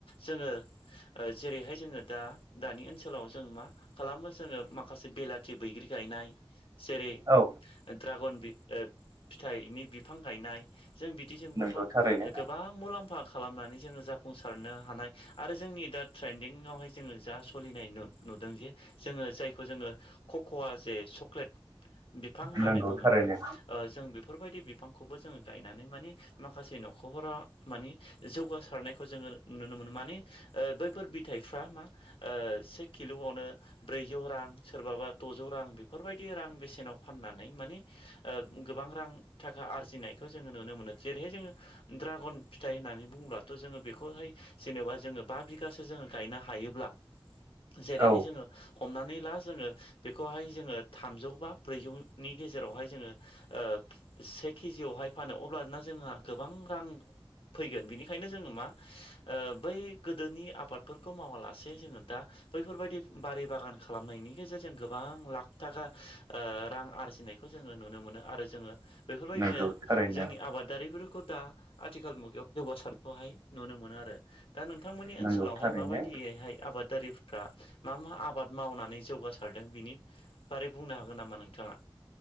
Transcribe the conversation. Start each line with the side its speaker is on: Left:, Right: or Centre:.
Left: जोङो ओ जेरैहाय जोङो दा दानि ओनसो लाव जों मा खालामो जोङो माखासे बेलाथि बैग्रि गायनाय जेरे
Right: औ।
Left: ड्रागन बि आरो फिथाइनि बिफां गायनाय जों बिदिजोंबो
Right: नंगौ
Left: मा
Right: थारैनो
Left: गो बां मुलाम्फा खालामनानै जोङो जाफुंसारनो हानाय आरो जोंनि दा ट्रेन्दिंआवहाय जोङो जा सलिनाय नु-नुदों जे जोङो जायखौ जोङो कक'आ जे चक्लेट बिफां होननानै
Right: नंगौ
Left: बुङो
Right: थारैनो
Left: ओ जों बेफोरबायदि बिफांखौबो जोङो गायनानै मानि माखासे न'खरा मानि जौगासारनायखौ जोङो नुनो मोनो माने ओ बैफोर बिथाइफ्रा मा ओ से किल'आवनो ब्रैजौ रां सोरबाबा द'जौ रां बेफोरबायदि रां बेसेनाव फाननानै माने ओ गोबां रां थाखा आरजिनायखौ जोङो नुनो मोनो जेरैहाय जोङो ड्रागन फिथाइ होननानै बुंङोबाथ' जोङो बेखौहाय जेनेबा जोङो बा बिगासो जोङो गायनो हायोब्ला जेरैहाय
Right: औ
Left: जोङो हमनानै ला जोङो बेखौहाय जोङो थामजौ बा ब्रैजौनि गेजेरावहाय जोङो ओ से केजियावहाय फानो अब्लाना जोंहा गोबां रां फैगोन बिनिखायनो जोङो मा ओ बै गोदोनि आबादफोरखौ मावालासे जोङो दा बैफोरबायदि बारि बागान खालामनायनि गेजेरजों गोबां लाख थाखा ओ रां आरजिनाय खौ जोङो नुनो मोनो आरो जोङो बेफोरबायदिनो
Right: नंगौ थारैनो
Left: जोंनि आबाद दारिफोरखौ दा आथिखाल मुगायाव जौगासारनायखौहाय नुनो मोनो आरो। दा नोंथांमोननि ओनसोलावहाय
Right: नंगौ थारैनो
Left: माबायदियहाय आबाद दारिफ्रा मा मा आबाद मावनानै जौगासारदों बिनि बारै बुंनो हागोन नामा नोंथाङा?